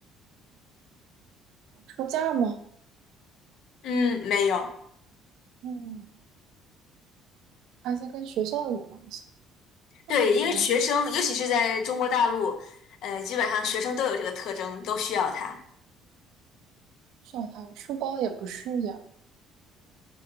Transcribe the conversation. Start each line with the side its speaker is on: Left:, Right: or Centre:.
Right: 书架吗？
Left: 嗯，没有，
Right: 嗯，而且跟学校有关系，那能
Left: 对，因为学生，尤其是在中国大陆，呃，基本上学生都有这个特征，都需要它。
Right: 要它书包也不是呀。